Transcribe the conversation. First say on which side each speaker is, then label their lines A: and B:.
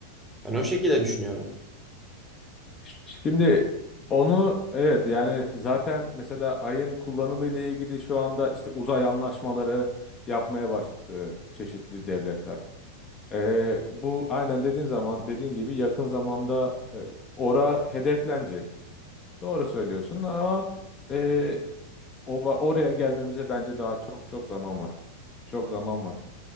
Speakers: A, in the centre; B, on the left.
A: Ben o şekilde düşünüyorum.
B: Şimdi onu evet yani zaten mesela ayın kullanımı ile ilgili şu anda işte uzay anlaşmaları yapmaya başladı çeşitli devletler. Ee, bu aynen dediğin zaman dediğin gibi yakın zamanda e, ora hedeflenecek. Doğru söylüyorsun ama e, oba, oraya gelmemize bence daha çok çok zaman var. Çok zaman var.